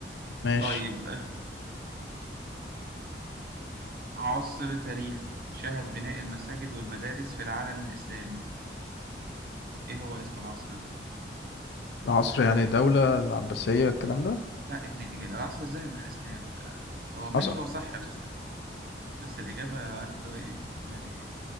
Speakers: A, on the left (about 70°); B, on the right (about 55°).
A: ماشي
B: طيب آه، عصر تاريخي شهد بناء المساجد والمدارس في العالم الإسلامي إيه هو اسم العصر ده؟
A: عصر يعني دولة العباسية الكلام ده
B: لا يعني العصر الذهبي للإسلام ف- هو ماشي
A: عصر,
B: هو صح بس بس الإجابة عارف اللي هو إيه يعني